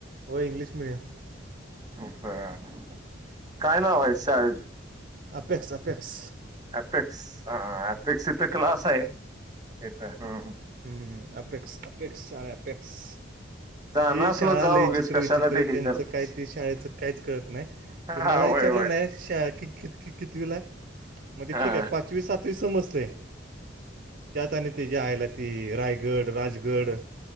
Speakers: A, on the right (about 50°); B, on the right (about 20°).
A: हो इंग्लिश मिडियम.
B: हो बरं काय नाव आहे शाळेचं?
A: Apex Apex.
B: अपेक्स ह अपेक्स इथ क्लास आहे इथं ह.
A: हम अपेक्क्स अपेक्क्स आहे अपेक्क्स.
B: जाण
A: ती
B: असलं
A: शाळा
B: जा
A: लय
B: उगीच
A: चित्र
B: कशाला
A: विचित्र,
B: ते हे
A: त्यांचं
B: करतेस
A: काय ते शाळेचं काहीच कळत नाही.
B: हा
A: ते मला
B: होय
A: विचारलं
B: होय
A: नाही, शा कित कित कितवीला हाय? मग ते
B: हा
A: ठीक आहे पाचवी सातवी समजतें त्यात आणि ते हे आयला ते रायगड राजगड.